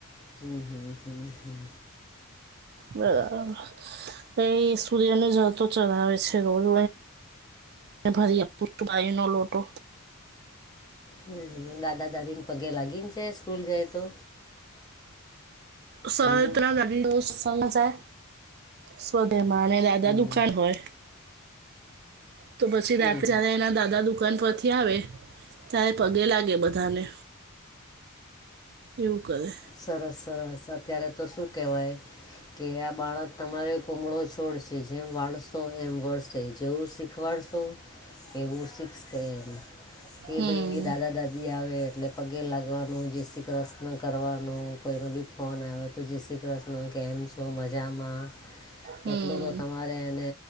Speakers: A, on the left; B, on the right.
A: હમ હમ હમ હમ.
B: બરાબર, એ સૂર્યને જળતો ચઢાવે છે રોજ. ભરી પુભાઈ નો લોટો.
A: હમ દાદા દાદી ને પગે લાગીને જાય સ્કૂલ જાય તો?
B: સત્રા
A: હમ
B: નદીનું સમાચાર. સ્વધેમા અને દાદા
A: હમ
B: દુકાન હોય. તો પછી
A: હમ
B: રાતેે જ્યારે એના દાદા દુકાન પરથી આવે, ત્યારે પગે લાગે બધા. તાને, એવું કરે.
A: સરસ સરસ અત્યારે તો શું કહેવાય. કે આ બાળક તમારે કુમળો છોડશે. જેમ વાળશો એમ વળસે જેવું શીખવાડશો. એવું શિખસે એમાં. કે
B: હમ
A: ભાઈ એ દાદા દાદી આવે એટલે પગે લાગવાનું જય શ્રી કૃષ્ણ કરવાનું. નો કોઈ નો બી ફોન આવે તો જય શ્રી કૃષ્ણ કેમ છો. તો મજામાં,
B: હમ
A: એટલું તો તમારે એને